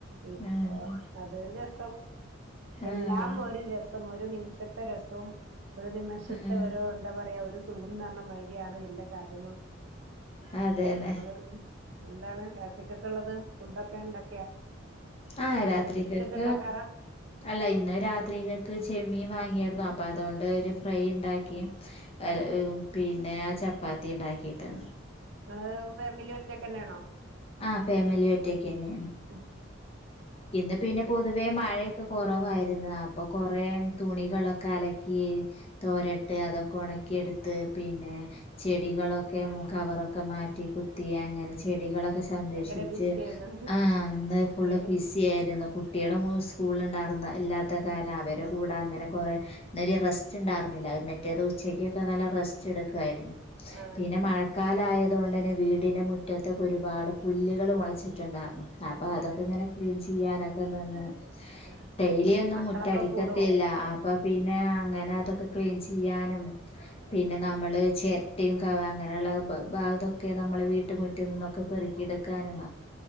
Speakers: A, on the right; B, on the left.
A: ഇപ്പൊ
B: ആഹ്
A: അതൊരുരസം. എല്ലാംഒര്
B: ആഹ്
A: രസ് ഒരു നിമിഷത്തെ രസോം ഒരു നിമഷത്തെ
B: ആഹ്
A: ഒരു എന്താ പറയാ ഒരു ശുകും ന്നർണമാരീയാണ് എല്ലാ കാര്യങ്ങളും
B: അതെ അതെ
A: നമ്മള് എന്താണ് രാത്രിക്കൊക്കെള്ളത് ഫുടൊക്കെ ഇണ്ടാക്യാ
B: ആ രാത്രിക്കേൽക്ക്
A: ഉണ്ടാക്കാറാ
B: അല്ല ഇന്ന് രാത്രിക്കേക്ക് ചെമ്മീൻ വാങ്ങിയർന്നു അപ്പ അതോണ്ട് ഒരു ഫ്രൈണ്ടാക്കി
A: ഉം
B: എൽ ഏഹ് പിൻ ഏഹ് ചപ്പാത്തിണ്ടാക്കിട്ട്
A: നിങ്ങള് ഫാമിലി ഒറ്റക്കെന്നെണോ
B: ആഹ് ഫാമിലി ഒറ്റക്കെന്യാ
A: ആഹ്
B: ഇന്ന് പിന്നെ പൊതുവേ മഴ കൊറവായ് രുന്ന് അപ്പ കൊറേ
A: ആഹ്
B: തുണി കളൊക്കെ അലക്കി തോരട്ട് അതൊക്കെ ഓണക്കി എടുത്ത് പിന്നേ ചെടികളൊക്കെ മു കവറൊക്കെ മാറ്റികുത്തി അങ്ങനെ ചെടികളൊക്കെ സംരഷിച്
A: ഭയങ്കര ബിസിയാണ്
B: ആഹ് ഇന്ന് ഫുള്ള്
A: ഭയങ്കര
B: ബിസിയായിരുന്നു
A: ബി
B: കു ട്ടിയെളോങ്ങും ഉസ്‌കൂളിണ്ടാർന്ന ഇല്ലാത്ത കാരണം അവരും കൂടാ അങ്ങനെ കൊറേ ഇന്നലെ ബെസ്റ്റ് ഇണ്ടാർന്നില്ല അയ് മറ്റേത് ഉച്ചക്ക് ന്നർഞ്ഞാല് റെസ്റ്റെട്ക്കയിരു ന്നു
A: ആഹ്
B: പിന്നെ മഴക്കാലയ തോണ്ടന്നെ വീടിന് മുറ്റത് ഒരുപാട് പുല്ലുകള് മുളച്ചിണ്ടാർന്നു ആപ്പ അതൊക്കെന്നെ
A: ആഹ് ആഹ്
B: ഷിയാര <unintelligible>
A: ആഹ്
B: ഡെയ്ലി ഒന്നും
A: മക്കളൊക്കെ
B: മുറ്റ അടിക്കത്തില്ലാ
A: കൂടോ
B: ആ പ്പ പിന്നെ അങ്ങനെ അതൊക്കെ ക്ലീൻ ചെയ്യാനും പിന്നെ നമ്മള് ചെരട്ടിം കവാ അങ്ങനള്ള ബ ബാ തൊക്കെ നമ്മളെ വീട്ട്മുറ്റത്ന്ന് പൊറുക്കിയെട്ക്കാനും